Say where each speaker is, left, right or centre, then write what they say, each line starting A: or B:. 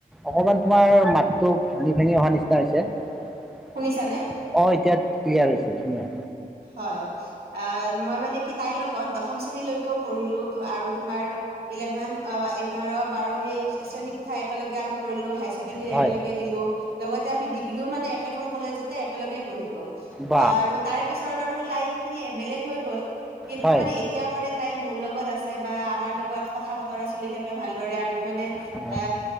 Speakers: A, in the centre; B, on the right (about 90°).
A: অকমান তোমাৰ মাতটো ভাঙি ভাঙি অহা নিচিনা হৈছে। অ'
B: শুনিছানে?
A: এতিয়া ক্লিয়াৰ হৈছে ধুনীয়া।
B: হয় আহ মই মানে কি তাইৰ লগত দশম শ্ৰেণীলৈকেও পঢ়িলো তো আৰু তোমাৰ ইলেভেন অ' এঘাৰ বাৰ সেই শ্ৰেণী কোঠাই একেলগে আমি কৰিলো হাই ছেকেণ্ডাৰী
A: হয়
B: একেলগে দিলো লগতে আমি ডিগ্ৰীও মানে একেখন কলেজতে একেলগে পঢ়িলো
A: বা
B: আহ আৰু তাৰ পিছৰ বাৰু লাইন খিনি বেলেগ হৈ গ'ল কিন্তু
A: হয়
B: মানে এতিয়া মানে তাই মোৰ লগত আছে বা আমাৰ লগত কথা তৰা চলি থাকে ভালদৰে আৰু মানে এ
A: অ